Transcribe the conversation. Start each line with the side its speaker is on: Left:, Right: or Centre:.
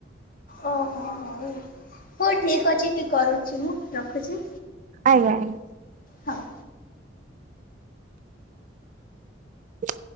Left: ଓ ହୋ ହଉ। ହଉ ଠିକ ଅଛି କି କରୁଛି ମୁଁ ରଖୁଛି।
Right: ଆଜ୍ଞା ଆଜ୍ଞା।
Left: ହଉ,
Right: ହ